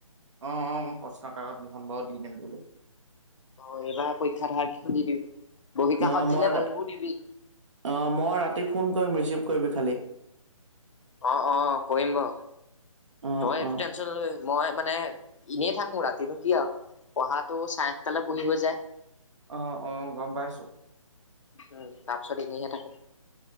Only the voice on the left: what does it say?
অ, এইবাৰ পৰীক্ষা অহাৰ কেইখন দিবি। বহী কাষত
দিলে বহীবোৰ দিবি
অ অ, কৰিম বাৰু,
তই সটো
টেনচন। মই মানে এনেই থাকো ৰাতিনো কি আৰু পঢ়াটো চাৰেটালৈ পঢ়ি হৈ যায়।
উম, তাৰপিছত এনেইহে থাকো।